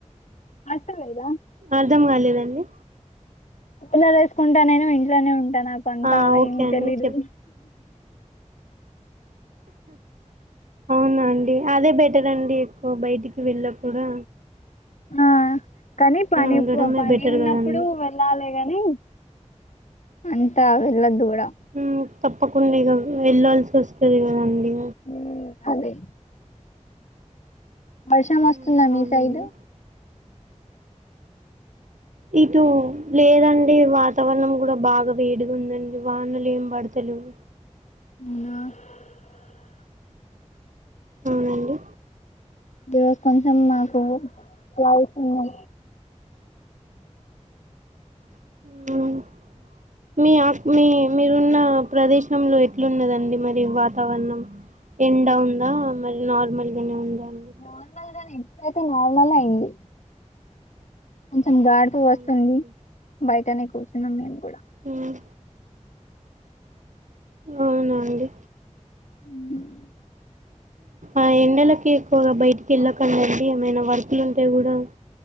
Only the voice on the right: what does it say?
అర్ధం కాలేదండి
ఆ ఓకే
అండి
చెప్ అవునండి అదే బెట్ ఉంటదండి. ఎక్కువ బయటికి వెళ్ళకూడా
ఉండడమే
బెటర్
కదండి
ఉమ్ తప్పకుండిగా వెళ్లాల్సి వస్తది కదండీ.
ఉమ్,
అవునండి
ఇటు లేదండి, వాతావరణం కూడా బాగా వేడిగా ఉందండి. వానలు ఏం పడతలేవు.
అవునండి.
ఆ మీ మీ మీరున్న ప్రదేశంలో ఎట్లున్నదండి మరి వాతావరణం ఎండ ఉందా మరి నార్మల్గానే ఉందా అండి
అవునా అండి
ఉమ్, అవునండి
ఆ ఎండలకి ఎక్కువగా బయటికి వెళ్ళకండి ఏమైనా వర్కులు ఉంటే కూడా